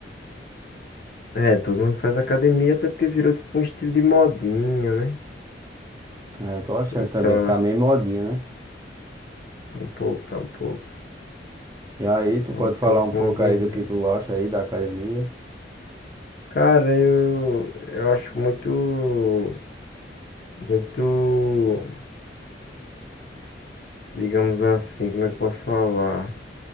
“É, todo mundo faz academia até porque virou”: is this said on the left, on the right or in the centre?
Left